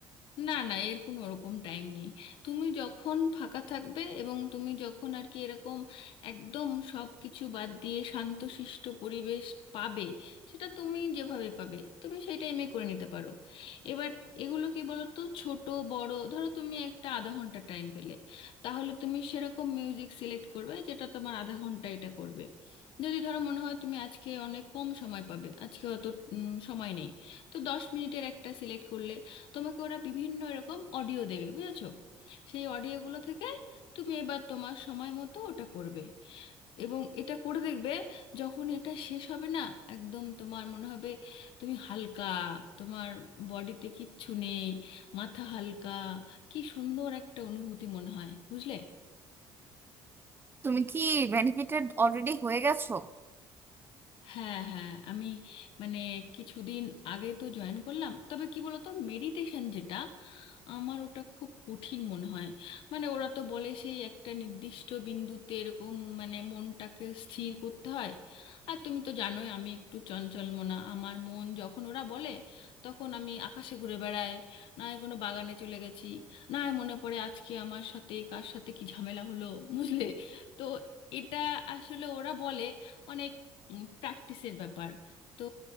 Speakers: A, on the left; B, on the right.
A: না না এর কোনো ওরকম টাইম নেই তুমি যখন ফাঁকা থাকবে এবং তুমি যখন আর কি এরকম একদম সব কিছু বাদ দিয়ে শান্তশিষ্ট পরিবেশ পাবে সেটা তুমি যেভাবে পাবে তুমি সেই টাইমে করে নিতে পারো এবার এগুলো কি বলো তো ছোট বড় ধরো তুমি একটা আধা ঘন্টা টাইম পেলে তাহলে তুমি সেরকম মিউজিক সিলেক্ট করবে যেটা তোমার আধা ঘন্টা এটা করবে যদি ধরো মনে হয় তুমি আজকে অনেক কম সময় পাবে আজকে অত উম, সময় নেই তো দশ মিনিটের একটা সিলেক্ট করলে তোমাকে ওরা বিভিন্ন এরকম অডিও দেবে বুঝেছো সেই অডিওগুলো থেকে তুমি এবার তোমার সময় মতো ওটা করবে এবং এটা করে দেখবে যখন এটা শেষ হবে না একদম তোমার মনে হবে তুমি হালকা তোমার বডিতে কিচ্ছু নেই মাথা হালকা কি সুন্দর একটা অনুভূতি মনে হয় বুঝলে
B: তুমি কি বেনিফিটেড অলরেডি হয়ে গেছো
A: হ্যাঁ হ্যাঁ আমি মানে কিছুদিন আগে তো জয়েন করলাম তবে কি বলতো মেডিটেশন যেটা আমার ওটা খুব কঠিন মনে হয় মানে ওরা তো বলে সেই একটা নির্দিষ্ট বিন্দুতে এরকম মানে মনটাকে স্থির করতে হয় আর তুমি তো জানোই আমি একটু চঞ্চল মনা আমার মন যখন ওরা বলে তখন আমি আকাশে ঘুরে বেড়াই না হয় কোনো বাগানে চলে গেছি না হয় মনে পড়ে আজকে আমার সাথে কার সাথে কি ঝামেলা হলো বুঝলে তো এটা আসলে ওরা বলে অনেক প্র্যাকটিসের ব্যাপার তো